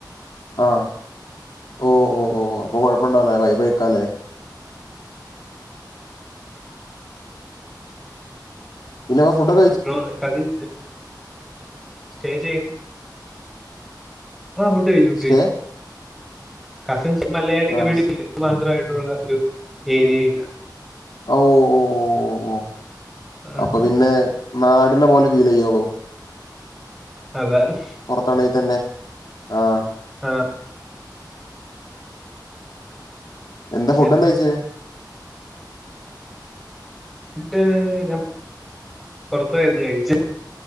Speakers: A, on the left; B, in the centre.
A: ആഹ് ഓ ഓ ഓ അപ്പൊ കൊഴപ്പണ്ടാവൂല വൈ ഫൈ ക്കാലെ പിന്നെ വാ ഫുഡൊക്ക
B: ഇപ്പൊ കസിൻ സ്റ്റേ ചെയ്യുന്ന ആഹ് ഫുഡ് കഴിച്ചു ഫുഡ്
A: സ്റ്റേ
B: കഴിച്ച് കസിൻസ് മലയാളി കമ്മ്യൂണിറ്റീല്
A: ആ സ്-
B: മാത്രമായിട്ടുള്ള ഒരു ഏരിയ ഇല്ല
A: ഓ ഓ ഓ ഓ ഓ
B: അതുകൊണ്ട്
A: അപ്പൊ പിന്നെ നാടിന പോലെ ഫീലെയ്യോളൂ
B: അതാസ്
A: പൊറത്താണെങ്കി തന്നെ ആഹ്
B: ആഹ്
A: എന്താ ഫുഡ്
B: പിന്നെ
A: എന്താ കഴിച്ചേ
B: ഫുഡ് ഞാൻ പൊറത്തായിരുന്നു കഴിച്ചെ